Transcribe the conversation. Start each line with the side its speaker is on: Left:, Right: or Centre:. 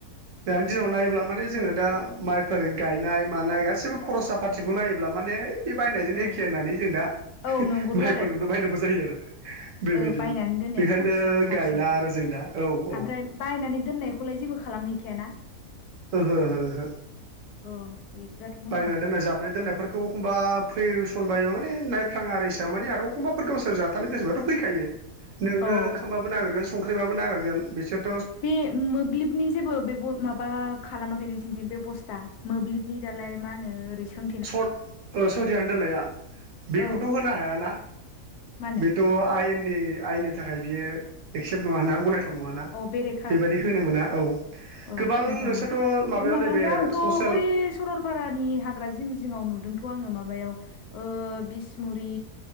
Right: दानि दिनाव नायोब्ला माने जोङो
Left: ओ
Right: दा माइ फोनाय गायनाय मानाय गासिबो खरसा पातथिखौ नायोब्ला माने बे बायनायजोंनो
Left: ओ
Right: एखे होननानै जों दा
Left: औ नंगौथ'
Right: माइफोरखौनो
Left: आरो
Right: बायनांगौ जायो आरो। बेबायदि
Left: ओ बायनानै दोननायानो
Right: बेखायनो
Left: साबसिन साबसिन
Right: गायला आरो जों दा औ औ।
Left: ओमफ्राय बायनानै दोननायखौलाय जेबो खालामहैखायाना
Right: हो हो।
Left: अ बिदिबाथ' मोजां
Right: बायना दोननाय जाबनाय दोननायफोरखौ एखमबा फैसन बायोबा माने नायफ्लाङा आरो एसेबां माने आरो एखमबाफोर गावसोर जाथानो गोसोबाथ' फैखायो नोंनो
Left: औ
Right: ओंखामबाबो नागिरगोन संख्रिबाबो नागिरगोन बिसोर
Left: बे मोब्लिबनि जेबो बेब माबा खालामाखै नोंसिनिथिं बेबस्था। मोब्लिबनि दालाय मा होनो ओरै सों।
Right: सर्ट सोंथेनानै दोननाया बेखौथ'
Left: औ
Right: होनो हाया। ना
Left: मा होनो
Right: बेथ' आयेननि आयेननि थाखाय बियो एक्सेप्ट नङाना गनाय थाव नङा ना
Left: अ बेरेखा
Right: बेबायदि होनो
Left: उम
Right: मोना औ
Left: औ
Right: गोबां
Left: गनायथाव
Right: नोंसोरथ'
Left: नङा
Right: मायाव
Left: होमबा
Right: नैबे
Left: मा दा आंथ'
Right: ससे
Left: बै सरलपारानि हाग्रा जिं जिङाव नुदोंथ' आङो माबायाव ओ बिसमुरि